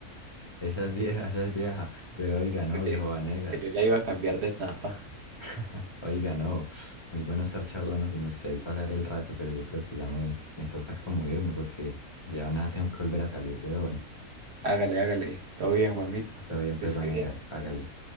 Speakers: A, on the left; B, on the right.
A: Esa es vieja, esa es vieja. Pero oiga, no,
B: porque
A: viejo Vanegas.
B: que yo ya iba a cambiar de etapa.
A: <laughs> Oiga, no, muy bueno estar charlando con usted y pasar el rato, pero yo creo que ya me, me tocas como irme porque ya nada tengo que volver a salir, weón.
B: Hágale, hágale. Todo bien, Juanita.
A: Todo bien,
B: Que
A: pues,
B: esté
A: Vanegas,
B: bien.
A: hágale.